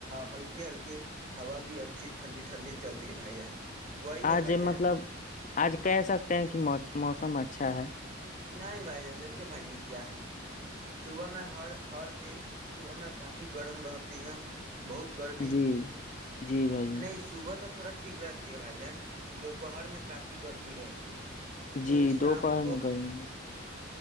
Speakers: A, on the right; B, on the left.
A: ہلکی ہلکی ہوا بھی اچھی ٹھنڈی ٹھنڈی چل رہی بھائی ہے جان وہی ہے
B: آج
A: بھائی جان
B: مطلب آج کہہ سکتے ہیں کہ مو موسم اچھا ہے
A: نہیں بھائی جان دیکھیے بھائی جان کیا ہے صبح میں ہر ہر دن صبح میں کافی گرم رہتی ہے بہت گرمی
B: جی جی بھائی جان
A: نہیں سبت تو تھوڑا ٹھیک رہتی ہے بھائی جان دوپہر میں کافی گرمی رہتی ہے پھر
B: جی
A: شام
B: دوپہر
A: کو
B: میں گائیں گے